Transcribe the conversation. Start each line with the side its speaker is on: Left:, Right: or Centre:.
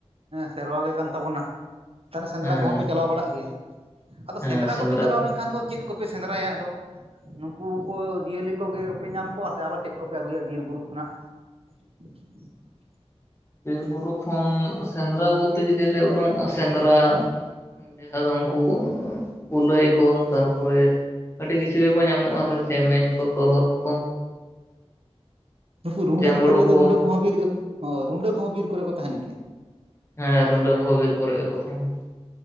Right: ᱥᱮᱨᱣᱟ ᱜᱮ ᱠᱟᱱ ᱛᱟᱵᱚᱱᱟ᱾ <inaudible> ᱥᱮᱸᱫᱽᱨᱟ
Left: ᱦᱮᱸ
Right: ᱠᱚᱦᱚᱸ ᱯᱮ ᱪᱟᱞᱟᱣ ᱵᱟᱲᱟᱜ ᱜᱮᱭᱟ ᱟᱫᱚ
Left: ᱦᱮᱸ
Right: ᱥᱮᱸᱫᱽᱨᱟ ᱠᱚᱯᱮ ᱪᱟᱞᱟᱣ
Left: ᱠᱚ
Right: ᱞᱮᱱᱠᱷᱟᱱ ᱫᱚ ᱪᱮᱫ ᱠᱚᱯᱮ ᱥᱮᱸᱫᱽᱨᱟᱭᱟ ᱟᱫᱚ? ᱱᱩᱠᱩ ᱠᱚ ᱡᱤᱭᱟᱹᱞᱤ ᱠᱚᱜᱮᱯᱮ ᱧᱟᱢ ᱠᱚᱣᱟ ᱥᱮ ᱟᱨᱚ ᱪᱮᱫ ᱠᱚᱯᱮ ᱟᱹᱜᱩᱭᱟ ᱵᱤᱨ ᱵᱩᱨᱩ ᱠᱷᱚᱱᱟᱜ? <inaudible>
Left: ᱵᱤᱨᱵᱩᱨᱩ ᱠᱷᱚᱱ ᱥᱮᱸᱫᱽᱨᱟ ᱵᱚᱞᱛᱮ ᱡᱚᱫᱤ ᱞᱮ ᱳᱸᱰᱝᱚᱜ-ᱟ ᱥᱮᱸᱫᱽᱨᱟ ᱡᱟᱦᱟᱸ ᱫᱚ ᱩᱱᱠᱩ ᱠᱩᱞᱟᱹᱭ ᱠᱚ ᱛᱟᱨᱯᱚᱨᱮ ᱟᱹᱰᱤ ᱠᱤᱪᱷᱩ ᱜᱮᱠᱚ ᱧᱟᱢᱚᱜ-ᱟ ᱟᱨᱚ ᱪᱮᱢᱮᱧ ᱠᱚ ᱛᱚᱨᱦᱚᱫ ᱠᱚ᱾
Right: ᱱᱩᱠᱩ ᱨᱩᱰᱟᱹ
Left: ᱡᱟᱸᱵᱽᱲᱳ
Right: ᱠᱚᱠᱚ ᱞᱟᱹᱭᱫᱚ
Left: ᱠᱚ
Right: ᱨᱩᱰᱟᱹ ᱠᱚᱦᱚᱸ ᱵᱤᱨ ᱨᱮᱜᱮ, ᱨᱩᱰᱟᱹ ᱠᱚᱦᱚᱸ ᱵᱤᱨ ᱠᱚᱨᱮ ᱠᱚ ᱛᱟᱦᱮᱱ ᱜᱮᱭᱟ?
Left: ᱦᱮᱸ ᱨᱩᱰᱟᱹ ᱠᱚᱦᱚᱸ ᱵᱤᱨ ᱠᱚᱨᱮᱜ ᱜᱮᱠᱚ ᱛᱟᱦᱮᱸᱱᱟ᱾